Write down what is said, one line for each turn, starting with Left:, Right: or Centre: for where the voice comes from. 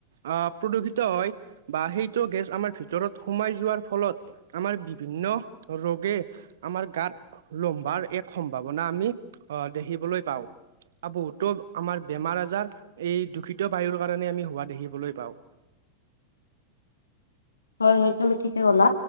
Right: আহ প্ৰদূষিত হয় বা সেইটো গেছ আমাৰ ভিতৰত সোমাই যোৱাৰ ফলত আমাৰ বিভিন্ন ৰোগে আমাৰ গাত লম্বাৰ এক সম্ভাৱনা আমি আহ দেখিবলৈ পাওঁ বহুতো আমাৰ বেমাৰ আজাৰ এই দূষিত বায়ুৰ কাৰণে আমি হোৱা দেখিবলৈ পাওঁ
Left: <unintelligible> হয় হয় তুমি ঠিকে কলা